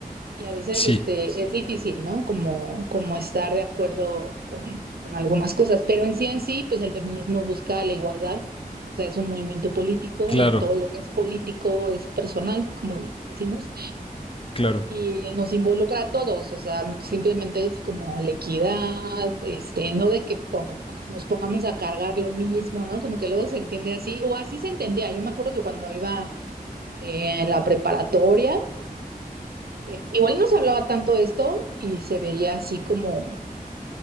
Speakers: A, on the right; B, on the left.
A: y a veces
B: Sí,
A: este, Sí. es difícil, ¿no? Como, como estar de acuerdo con, con algunas cosas, pero en sí en sí, pues el feminismo busca la igualdad, o sea, es un movimiento político
B: claro,
A: y todo lo que es político es personal, como decimos,
B: claro.
A: y nos involucra a todos, o sea, simplemente es como la equidad, este, no de que pon- nos pongamos a cargar lo mismo, ¿no? Como que luego se entiende así, o así se entendía, yo me acuerdo que cuando iba eh, en la preparatoria, eh, igual no se hablaba tanto de esto y se veía así como,